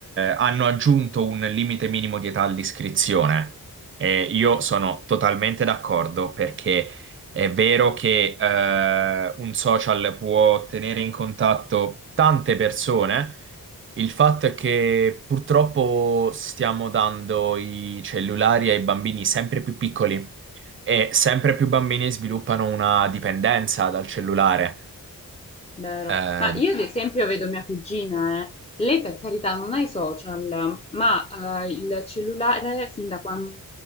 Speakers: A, on the right; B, on the left.
A: hanno aggiunto un limite minimo di età all'iscrizione. E io sono totalmente d'accordo perché è vero che eh, un social può tenere in contatto tante persone. Il fatto è che purtroppo stiamo dando i cellulari ai bambini sempre più piccoli e sempre più bambini sviluppano una dipendenza dal cellulare.
B: Vero.
A: Eh,
B: Ma io ad esempio vedo mia cugina, eh. Lei per carità non ha i social, ma eh, il cellulare fin da quando,